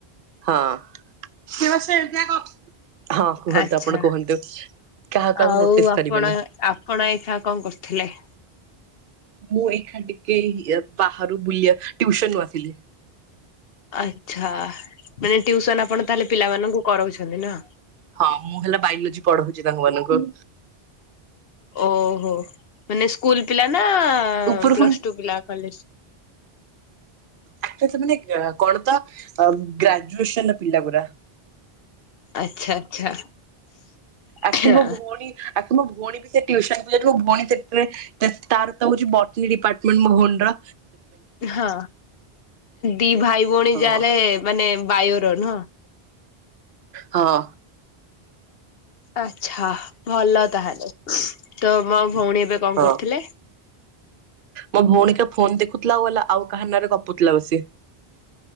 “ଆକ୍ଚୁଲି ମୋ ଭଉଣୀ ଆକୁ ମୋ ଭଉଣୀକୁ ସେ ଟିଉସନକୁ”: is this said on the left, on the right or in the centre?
Right